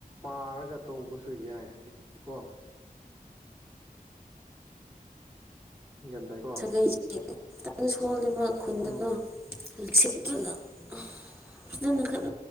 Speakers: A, on the right; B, on the right.
A: ꯄꯥꯔꯒ ꯇꯧꯕꯁꯨ ꯌꯥꯏ ꯍꯧꯖꯤꯛꯇꯤ ꯀꯣ <inaudible> ꯒ꯭ꯌꯥꯟ ꯇꯥꯏ
B: ꯁꯥꯒꯩꯁꯦ ꯈꯤꯇꯪ ꯁꯣꯜꯂꯤꯕ ꯈꯨꯟꯗꯀꯣ
A: ꯎꯝ
B: <unintelligible> ꯑꯥ ꯐꯖꯅ ꯈꯠꯅ